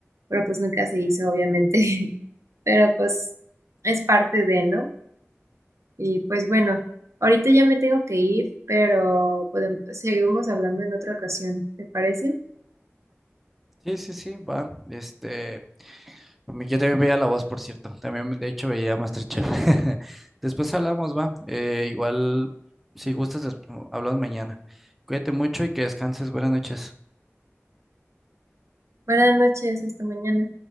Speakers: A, on the right; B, in the centre.
A: pero pues nunca se hizo, obviamente. <laughs> Pero pues es parte de, ¿no? Y pues bueno, ahorita ya me tengo que ir, pero podemos, seguimos hablando en otra ocasión, ¿te parece?
B: Sí, sí, sí, va. Este, a mí- yo también veía La Voz, por cierto. También, de hecho, veía MasterChef. <laughs> Después hablamos, va. Eh, igual, si gustas, des- hablamos mañana. Cuídate mucho y que descanses. Buenas noches.
A: Buenas noches, hasta mañana.